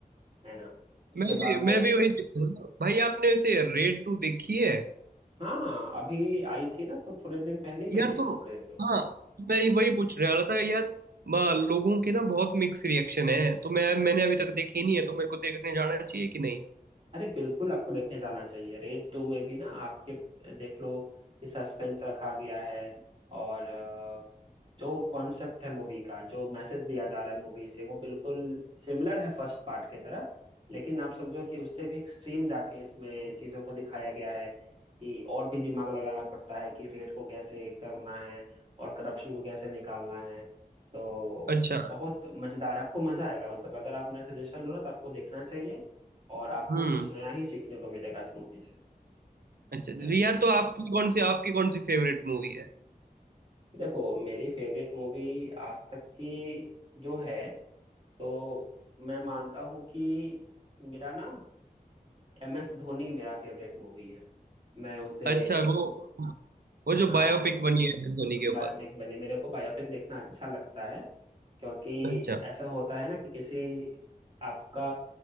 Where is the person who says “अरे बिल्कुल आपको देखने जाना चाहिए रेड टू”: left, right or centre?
Right